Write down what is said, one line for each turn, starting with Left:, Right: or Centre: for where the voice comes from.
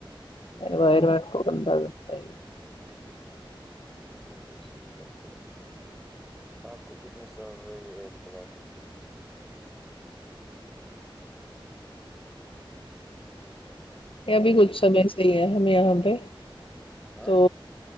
Centre: جی
Left: ر
Centre: بالکل
Left: مٹ کو بندگت ہے <unintelligible>
Centre: جی بالکل صحیح بات ہے آپ کی آپ کو کتنے سال ہوئے یہ ایپ چلاتے
Left: یہ
Centre: ہلو
Left: ابھی کچھ سمے سے ہی ہے ہم یہاں پہ
Centre: ہاں
Left: تو